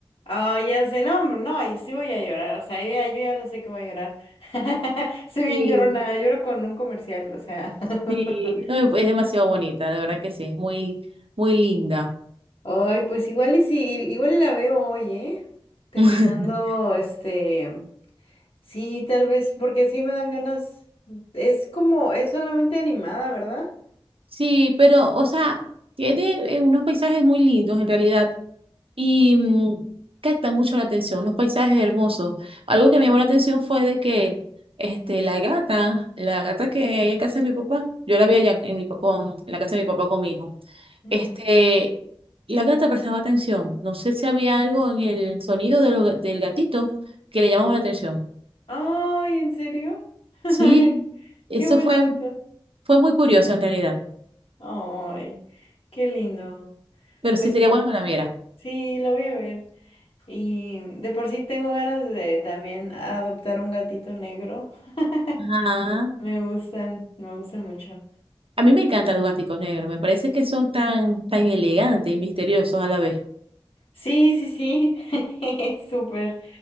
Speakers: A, on the left (about 80°); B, on the right (about 80°).
A: Ah, ya sé, no, hombre, no, y sí voy a llorar, o sea, yo ya, yo ya lo sé que voy a llorar. <laughs> Soy bien
B: Sí.
A: llorona, lloro con un comercial, o sea. <laughs>
B: Sí, no, es demasiado bonita, de verdad que sí. Es muy, muy linda.
A: Ay, pues igual y sí, igual y la veo hoy, ¿eh? Terminando,
B: <laughs>
A: este, sí, tal vez, porque sí me dan ganas. Es como, es solamente animada, ¿verdad?
B: Sí, pero, o sea, tiene eh, unos paisajes muy lindos en realidad y mm, captan mucho la atención, unos paisajes hermosos. Algo que me llamó la atención fue de que este, la gata, la gata que hay en casa de mi papá, yo la vi allá en, mi, pa- con, en la casa de mi papá con mi hijo,
A: Ujú.
B: este, la gata prestaba atención. No sé si había algo en el sonido de los- del gatito que le llamaba la atención.
A: Ay, ¿en serio? <laughs>
B: Sí, eso
A: Qué bonito.
B: fue, fue muy curioso en realidad,
A: Ay, qué lindo.
B: pero
A: Pues
B: sí sería
A: sí,
B: bueno que la viera.
A: sí, la voy a ver. Y de por sí tengo ganas de también adoptar un gatito negro. <laughs>
B: Ajá.
A: Me gustan, me gustan mucho.
B: A mí me encantan los gaticos negros, me parece que son tan, tan elegantes y misteriosos a la vez.
A: Sí, sí, sí. <laughs> Súper.